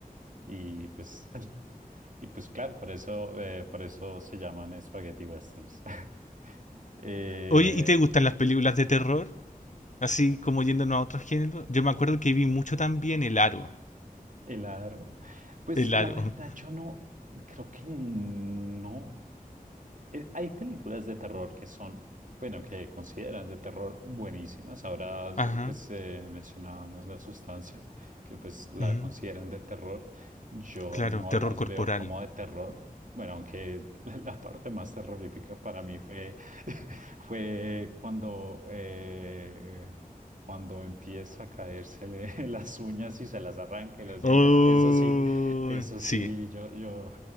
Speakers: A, on the right; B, on the left.
A: Y pues, <laughs> y pues claro, por eso, eh, por eso se llaman espagueti westerns. <laughs> Eh,
B: Oye, ¿y te gustan las películas de terror? Así como yéndonos a otros géneros. Yo me acuerdo que vi mucho también El Aro.
A: El aro. Pues
B: El
A: la
B: Aro.
A: verdad, yo no, creo que no. Eh, Hay películas de terror que son, bueno, que consideran de terror buenísimas. Ahora,
B: Ajá.
A: pues eh, mencionábamos La Sustancia, que pues la
B: ujú.
A: consideran de terror. Yo
B: Claro,
A: no
B: terror
A: las
B: corporal.
A: veo como de terror. Bueno, aunque <laughs> la, la parte más terrorífica para mí fue, <laughs> fue cuando... eh, cuando empieza a caérsele <laughs> las uñas y se las arranca y los dientes,
B: Oh,
A: eso sí, eso
B: sí.
A: sí, yo, yo,